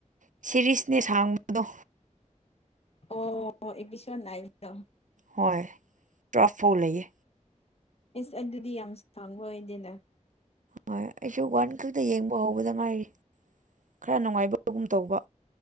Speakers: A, on the right; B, on the left.
A: ꯁꯦꯔꯤꯁꯅꯦ ꯁꯥꯡꯕꯗꯣ
B: ꯑꯣ ꯏꯄꯤꯁꯣꯠ ꯅꯥꯏꯟꯒꯤꯗꯣ
A: ꯍꯣꯏ ꯄꯨꯔꯥꯐꯧ ꯂꯩꯌꯦ
B: ꯑꯤꯁ ꯑꯗꯨꯗꯤ ꯌꯥꯝ ꯁꯥꯡꯕ ꯑꯣꯏꯗꯦꯅ
A: ꯍꯣꯏ ꯑꯩꯁꯨ ꯋꯥꯟ ꯈꯛꯇ ꯌꯦꯡꯕ ꯍꯧꯕꯗ ꯉꯥꯏꯔꯤ ꯈꯔ ꯅꯨꯡꯉꯥꯏꯕꯒꯨꯝ ꯇꯧꯕ